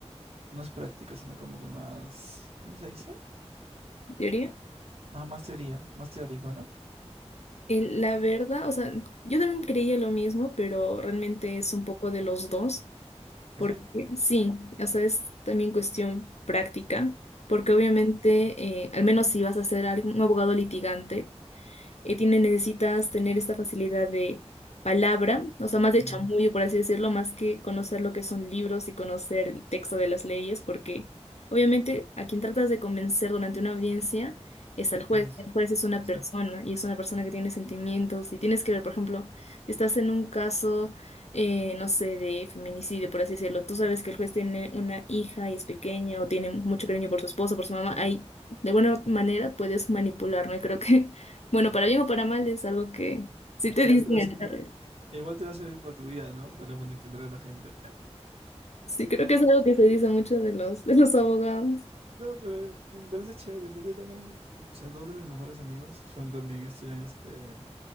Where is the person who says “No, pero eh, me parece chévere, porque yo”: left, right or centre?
Right